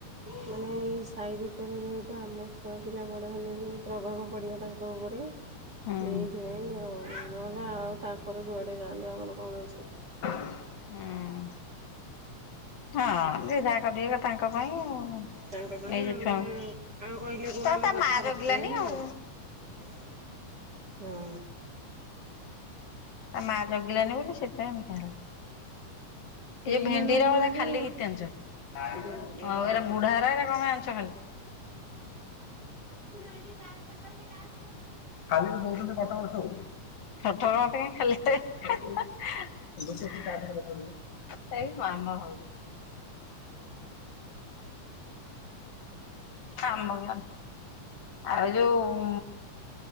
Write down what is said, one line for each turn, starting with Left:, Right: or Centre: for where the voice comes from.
Right: ମାନେ ଏଇ ସାହି ଭିତରେ ଯେହେତୁ, ଆମ ଛୁଆ ପିଲା ବଡ଼ ହେଲେଣି ପ୍ର ପ୍ରଭାବ ପଡିବ ତାଙ୍କ ଉପରେ। ଏଇଥିପାଇଁ
Left: ହୁଁ
Right: ଆଉ ନହେଲେ ଆଉ, ତାଙ୍କର ଯୁଆଡେ ଯାଆନ୍ତୁ ଆମର କଣ ଅଛି। ଏଥିରେ
Left: ହୁଁ- ହଁ ଯିଏ ଯାହା କରିବେ ତାଙ୍କ <unintelligible>
Right: ତାଙ୍କ ଗାଁ,
Left: ନେଇଯ
Right: ଆମେ
Left: ଛୁଆଙ୍କୁ
Right: ଆମେ କହିଲେ କୋଉ
Left: ତା
Right: ଆମ
Left: ତା
Right: କଥା
Left: ମା
Right: ରଖିବେ
Left: ଜଗିଲାନି
Right: ନା
Left: ଆଉ
Right: କଣ? ହୁଁ।
Left: ତା ମା ଜଗିଲାନି ବୋଲି ସେଥିପାଇଁ ଏମିତି ହେଲେ।
Right: ସେଇମାନଙ୍କୁ
Left: ଏ ଯୋଉ ଭେଣ୍ଡିର
Right: କୁହନ୍ତି
Left: ଖାଲି ଘିତି ଆଣିଛ। ଆଉ
Right: ବିମରିଆ
Left: ଏଗୁଡା
Right: ଘର।
Left: ବୁଢା ଆରା ଯା କଣ ଆଣିଛ ଖାଲି?
Right: କଣ ଏମିତି ରହିଛି? କାତ ତାନି କାତୁ ରହିଵୁ।
Left: ଖାଲି ବି ଦଉଛନ୍ତି କଟକ ସବୁ। କଥା ହେବା ପାଇଁ ଖାଲି ହେଁ -ହେ। ଏଇ ମାମା ଭାଉଜ ଆମ ଗାଁ। ଆଉ ଯୋଉ